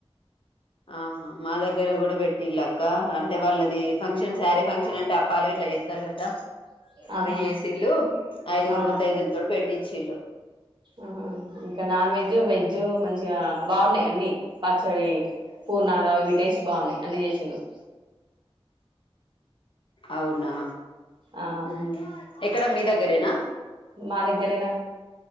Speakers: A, on the left (about 55°); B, on the right (about 45°).
A: ఆహా మా దగ్గర కూడా పెట్టిళ్ళక్క అంటే వాళ్ళది ఫంక్షన్ శారీ ఫంక్షన్ అంటే అప్పాలు గిట్లా చేత్తారు కదా
B: ఆహా
A: అవి చేసిళ్ళు ఐదుగురు
B: ఆ
A: ముత్తైదులతోటి పెట్టిచ్చిళ్ళు
B: ఆహా ఇంకా నాన్ వెజ్ వెజ్జు మంచిగా బాగున్నాయి అన్ని పచ్చడి పూర్ణాలు అవి టేస్ట్ బాగున్నాయి అన్నీ చేసిండ్రు
A: అవునా
B: ఆ
A: మ్మ్ ఎక్కడ మీ దగ్ గరేనా
B: మా దగ్గరే రా